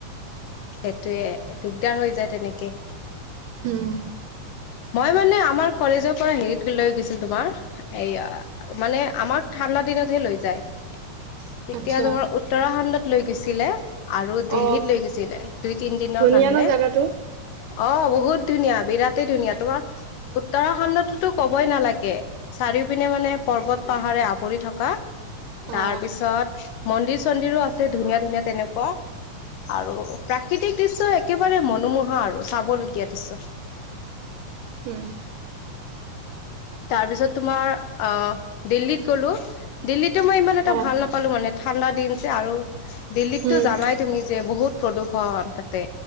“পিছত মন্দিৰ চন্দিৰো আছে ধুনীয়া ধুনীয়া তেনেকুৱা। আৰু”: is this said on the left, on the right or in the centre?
Left